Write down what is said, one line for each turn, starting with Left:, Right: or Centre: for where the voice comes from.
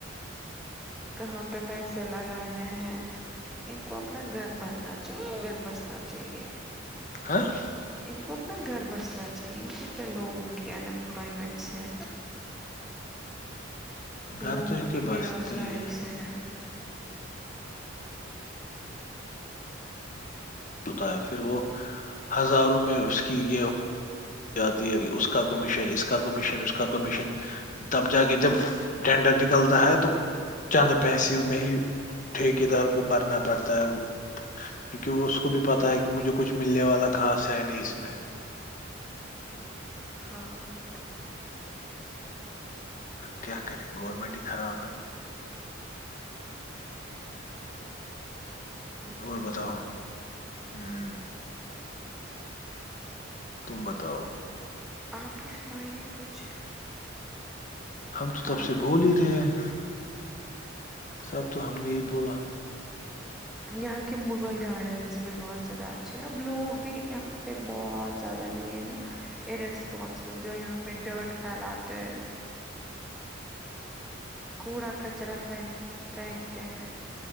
Centre: کہاں پہ پیسے لگانے ہیں ان کو اپنا گھر بننا چاہیے گھر بسنا چاہیے
Left: ہاں <unintelligible>
Centre: ان کو اپنا گھر بسنا چاہیے ان کو کیا لوگوں کی انمپلائمینٹس ہے
Left: گھر
Centre: لوگوں
Left: تو ان کے
Centre: کی بے
Left: بستے
Centre: روزگاری
Left: ہی
Centre: سے ہے
Left: ہوتا ہے پھر وہ ہزاروں میں اس کی یہ جاتی ہے اس کا کمیشن اس کا کمیشن اس کا کمیشن تب جا کے جب ٹینڈر نکلتا ہے تو چند پیسے میں ہی ٹھیکیدار کو بھرنا پڑتا ہے وہ کیونکہ وہ اس کو بھی پتا ہے کہ مجھے کچھ ملنے والا خا ہے نہیں اس میں-
Centre: ہاں-
Left: کیا کرے گورنمنٹ ہی خراب ہے
Centre: ہ <inaudible> بہت
Left: اور بتاؤ
Centre: زیادہ
Left: ہوں تب توؤ
Centre: آپ ہی سنائیے کچھ
Left: ہم تو
Centre: خاص
Left: تب سے بول ہی رہے ہیں سب تو ہم نے ہی بولا
Centre: یہاں کے مغل گارڈنس بھی بہت زیادہ اچھے ہیں اب لوگ بھی یہاں پہ بہت زیادہ یہ ہے نا اسپانسبل جو یہاں پہ ڈرٹ پھیلاتے کوڑا کچرا پھینک پھینکتے ہیں